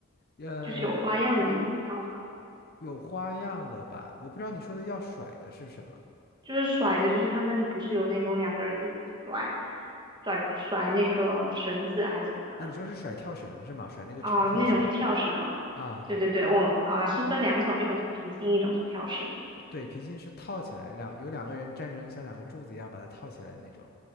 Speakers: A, on the left; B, on the right.
A: 就呃
B: 就是有花样的那种跳法？
A: 有花样的吧？我不知道你说的要甩的是什么
B: 就是甩的，就是他们不是有那种两个人一起甩甩甩那个绳子还是什么的
A: 啊？你说是甩跳绳是吗？甩那个长跳绳
B: 啊、那种是跳绳啊、
A: 啊？对
B: 对对对，我啊、是分两种，一种是皮筋，一种是跳绳。
A: 对，皮筋是套起来，两有两个人站成像两个柱子一样把它套起来的那种，